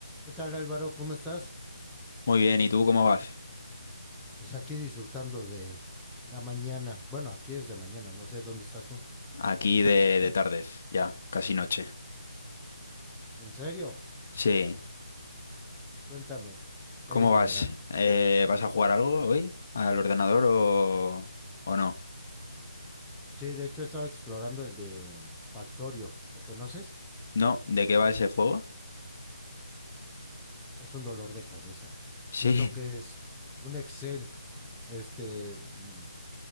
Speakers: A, in the centre; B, on the left.
A: ¿Qué tal Álvaro? ¿Cómo estás?
B: Muy bien, ¿y tú cómo vas?
A: Pues aquí disfrutando de la mañana. Bueno, aquí es de mañana, no sé dónde estás tú.
B: Aquí de, de tardes, ya, casi noche.
A: ¿En serio?
B: Sí,
A: Cuéntame,
B: ¿cómo
A: ¿qué hay de novedad?
B: vas? Eh, ¿vas a jugar algo hoy? ¿Al ordenador o, o no?
A: Sí, de hecho he estado explorando el de mm, Factorio. ¿Lo conoces?
B: ¿No? ¿De qué va ese juego?
A: Es un dolor de cabeza.
B: Sí,
A: Siento que es un Excel, este, mm,